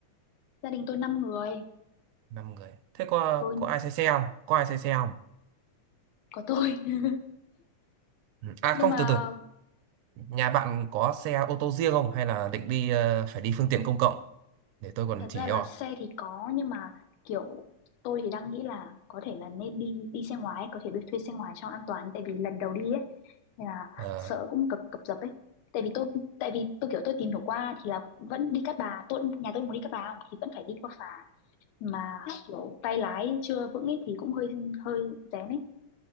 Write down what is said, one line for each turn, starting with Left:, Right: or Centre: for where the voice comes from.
Left: gia đình tôi năm người.
Right: năm người thế có
Left: Ừ,
Right: có ai xe xe không có ai xe xe không
Left: có tôi. <laughs>
Right: Ừ. à
Left: nhưng
Right: không
Left: mà
Right: từ từ nhà bạn có xe ô tô riêng không hay là định đi ờ, phải đi phương tiện công cộng để tôi còn
Left: thật
Right: chỉ
Left: ra là
Right: cho
Left: xe thì có nhưng mà kiểu tôi thì đang nghĩ là có thể là nên đi đi xe ngoài ấy, có thể được thuê xe ngoài cho an toàn tại vì lần đầu đi ấy nên là
Right: Ờ,
Left: sợ cũng cập cập dập ấy tại vì tôi tại vì tôi kiểu tôi tìm hiểu qua thì là vẫn đi Cát Bà tôi nhà tôi muốn đi Cát Bà không thì vẫn phải đi qua phà mà kiểu tay lái chưa vững ấy thì cũng hơi hơi rén ấy